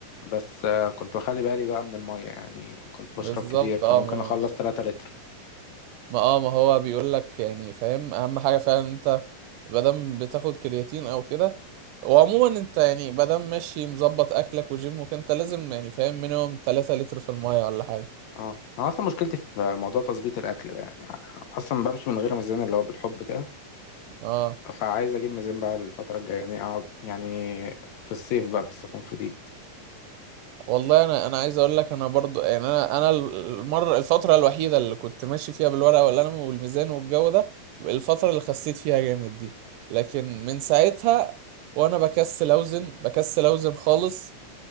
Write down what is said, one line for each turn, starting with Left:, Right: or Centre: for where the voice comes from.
Left: بس آه، كنت بخلي بالي بقى من المية يعني كنت
Right: بالظبط
Left: بشرب كتير كان
Right: اه
Left: ممكن
Right: ما
Left: أخلص 3 لتر
Right: ما اه ما هو بيقول لك يعني فاهم اهم حاجة فعلا انت مادام بتاخد كرياتين او كده وعموما انت يعني مادام ماشي مظبط اكلك وجيمك انت لازم يعني فاهم مينيمم 3 لتر في المية ولا حاجة
Left: اه أنا أصلا مشكلتي في موضوع تظبيط الأكل ده يعني أصلا بمشي من غير ميزان اللي هو بالحب كده
Right: اه
Left: فعايز أجيب ميزان بقى الفترة الجاية يعني أقعد يعني في الصيف بقى بس أكون فضيت
Right: والله انا انا عايز اقول لك انا برضو يعني انا انا المره الفتره الوحيده اللي كنت ماشي فيها بالورقه والقلم والميزان والجو ده الفتره اللي خسيت فيها جامد دي لكن من ساعتها وانا بكسل اوزن بكسل اوزن خالص